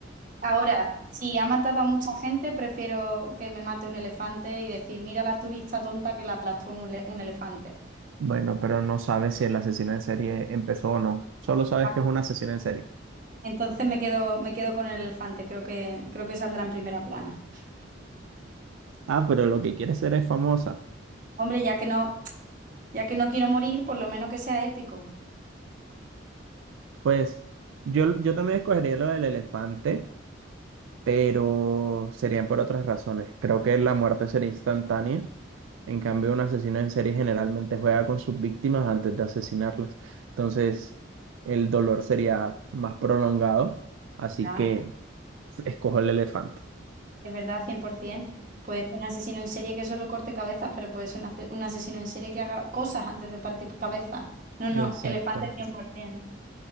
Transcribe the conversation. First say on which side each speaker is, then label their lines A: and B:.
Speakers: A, on the right (about 45°); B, on the right (about 85°).
A: Ahora, si ha matado a mucha gente, prefiero que me mate un elefante y decir, mira la turista tonta que la aplastó un, ele- un elefante.
B: Bueno, pero no sabes si el asesino en serie empezó o no. Solo sabes
A: Ah,
B: que es un asesino en serie.
A: Entonces me quedo, me quedo con el elefante, creo que, creo que saldrá en primera plana.
B: Ah, pero lo que quiere ser es famosa.
A: Hombre, ya que no, ya que no quiero morir, por lo menos que sea épico.
B: Pues yo, yo también escogería lo del elefante pero serían por otras razones. Creo que la muerte sería instantánea. En cambio, un asesino en serie generalmente juega con sus víctimas antes de asesinarlas. Entonces, el dolor sería más prolongado. Así
A: ¿verdad?
B: que escojo el elefante.
A: Es verdad, 100%. Puede ser un asesino en serie que solo corte cabezas, pero puede ser un, ace- un asesino en serie que haga cosas antes de partir cabeza. No, no,
B: Exacto.
A: elefante cien cien, por ciento,